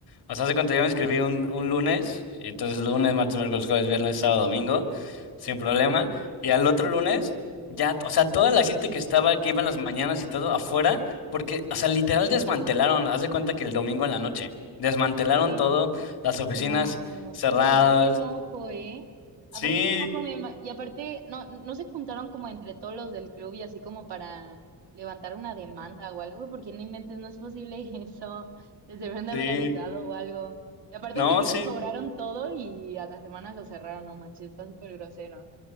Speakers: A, on the left; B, on the right.
A: o sea, haz de cuenta yo me inscribí un, un lunes, y entonces lunes, martes, miércoles, jueves, viernes, sábado, domingo, sin problema, y al otro lunes, ya, o sea, toda la gente que estaba, que iba en las mañanas y todo afuera, porque, o sea, literal desmantelaron, haz de cuenta que el domingo en la noche, desmantelaron
B: Sí, sí.
A: todo, las oficinas
B: No,
A: cerradas,
B: oye, qué enojo, ¿eh?
A: sí,
B: Aparte, qué enojo, me ima- y aparte, no, no se juntaron como entre todos los del club y así como para levantar una demanda o algo, porque no inventes, no es posible <laughs> eso. Les deberían de
A: sí,
B: haber avisado o algo. Y aparte
A: no,
B: a ti que
A: sí,
B: te cobraron todo y a la semana lo cerraron, no manches, está súper grosero.